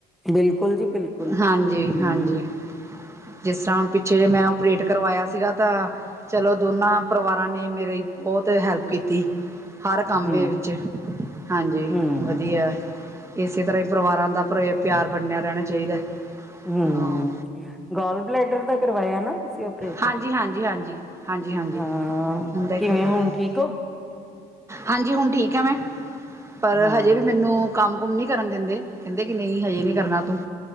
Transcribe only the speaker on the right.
ਹਾਂਜੀ ਹਾਂਜੀ ਜਿਸ ਤਰ੍ਹਾਂ ਹੁਣ ਪਿੱਛੇ ਜੇ ਮੈਂ ਓਪਰੇਟ ਕਰਵਾਇਆ ਸੀਗਾ, ਤਾਂ ਚਲੋ ਦੋਨਾਂ ਪਰਿਵਾਰਾਂ ਨੇ ਮੇਰੇ ਬਹੁਤ ਹੈਲਪ ਕੀਤੀ। ਹਰ ਕੰਮ
ਦੇ ਵਿੱਚ ਹਾਂਜੀ
ਵਧੀਆ ਏ ਇਸੇ ਤਰ੍ਹਾਂ ਹੀ ਪਰਿਵਾਰਾਂ ਦਾ ਪਰ ਪਿਆਰ ਬਣਿਆ ਰਹਿਣਾ ਚਾਹੀਦਾ।
ਹਾਂ
ਹਾਂਜੀ ਹਾਂਜੀ ਹਾਂਜੀ ਹਾਂਜੀ ਹਾਂਜੀ
ਹੁੰਦਾ ਹੀ
ਕਰਵਾਇਆ
ਹਾਂਜੀ ਹੁਣ ਠੀਕ ਆ ਮੈਂ ਪਰ
ਹਜੇ ਵੀ ਮੈਨੂੰ ਕੰਮ ਕੁਮ ਨੀ ਕਰਨ ਦਿੰਦੇ ਕਹਿੰਦੇ ਕਿ ਨਹੀਂ ਹਜੇ ਨਹੀ ਕਰਨਾ ਤੂੰ